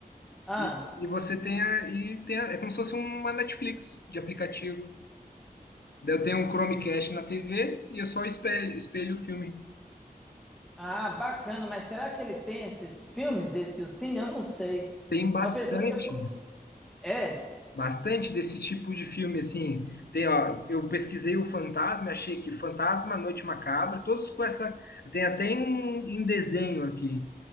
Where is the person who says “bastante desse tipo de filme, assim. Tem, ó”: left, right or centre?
Left